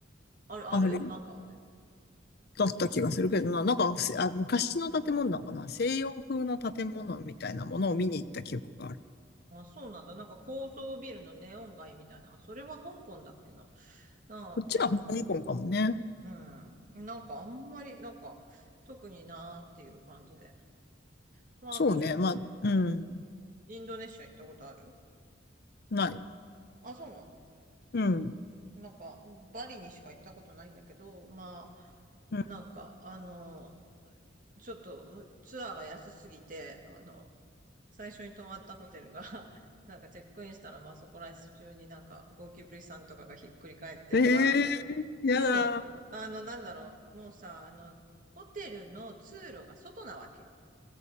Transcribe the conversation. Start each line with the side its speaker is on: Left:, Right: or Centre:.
Right: ある、
Left: ある
Right: あるマカオで。
Left: だった気がするけどな、なんかあ昔の建物だかな、西洋風の建物みたいなものを見に行った記憶がある。
Right: あ、そうなんだ。なんか高層ビルのネオン街みたいな。それは香港だっけな。なあ、
Left: こっちは香港かもね。
Right: なんか、うん。なんかあんまり、なんか、特になーっていう感じで。まあ、
Left: そうね、
Right: あとは、
Left: まあ、うん、
Right: インドネシア行ったことある
Left: ない。
Right: あ、そうなんだ。
Left: うん、
Right: なんか、バリにしか行ったことないんだけど、まあ、
Left: うん。
Right: なんか、あの、ちょっとツアーが安すぎて、あの、最初に泊まったホテルが <laughs> なんかチェックインしたら、まあそこら中になんかゴキブリさんとかがひっくり返ってるわ。
Left: ええー、やだ。
Right: そうなの。
Left: あ
Right: あの、なんだろう。もうさ、あの、ホテルの通路が外なわけ。